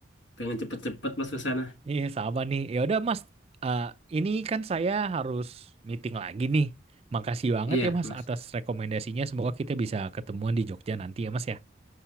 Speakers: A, on the left; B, on the right.
A: pengen cepet-cepet Mas ke sana.
B: Iya sama nih. Ya udah Mas, Eh, ini kan saya harus meeting lagi nih. Makasih banget
A: Iya,
B: ya Mas
A: Mas.
B: atas rekomendasinya. Semoga kita bisa ketemuan di Jogja nanti ya Mas ya.